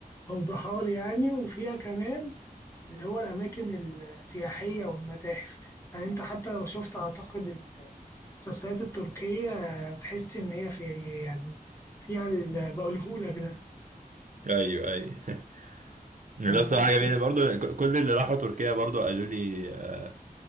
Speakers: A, on the left; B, on the right.
A: أو بحار يعني وفيها كمان اللي هو الأماكن السياحية والمتاحف يعني أنت حتى لو شفت أعتقد المسلسلات التركية تحس إن هي في يعني فيها اللي بقولهولك ده
B: أيوه أيوه <laughs> لا بصراحة
A: بس
B: جميل برضو ك- كل اللي راحوا تركيا برضو قالوا لي آه،